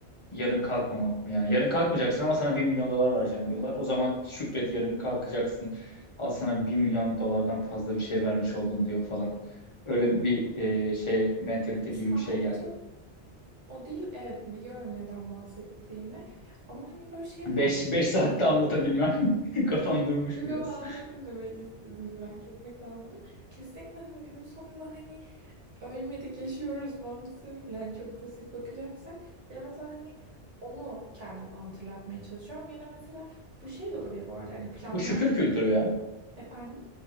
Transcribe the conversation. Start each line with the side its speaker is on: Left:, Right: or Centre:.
Left: Yarın kalkmamak mı yani? Yarın kalkmayacaksın ama sana bir milyon dolar vereceğim
Right: Hı hı.
Left: diyorlar. O zaman şükret yarın kalkacaksın. Al sana bir milyon dolardan fazla bir şey vermiş oldum diyor falan. Öyle bir e, şey mentalite
Right: Ya
Left: gibi
Right: sadece
Left: bir şey geldi.
Right: o değil. Evet biliyorum neden bahsettiğini. Ama hani böyle şey fark
Left: Beş
Right: ettim.
Left: beş saatte anlatabilmem. <laughs> Kafam
Right: <laughs>
Left: durmuş
Right: Yok
Left: biraz.
Right: ama anladım demek istediğini. Ben kesinlikle anladım. Kesinlikle hani günün sonunda hani ölmedik yaşıyoruz mantığıyla hani çok basit bakacaksak biraz daha hani onu kendime hatırlatmaya çalışıyorum. Ya da mesela bu şey de olabilir bu arada hani planlar
Left: Bu şükür kültürü ya.
Right: Efendim?